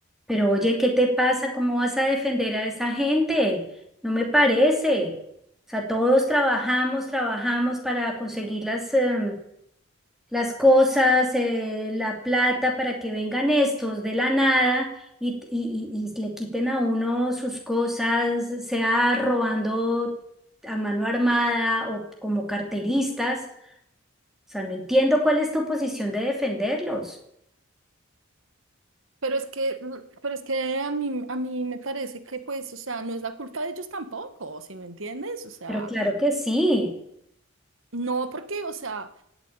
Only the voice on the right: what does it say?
Pero es que, mm, pero es que a mí, a mí me parece que, pues, o sea, no es la culpa de ellos tampoco, ¿sí me entiendes? O sea,
no porque, o sea,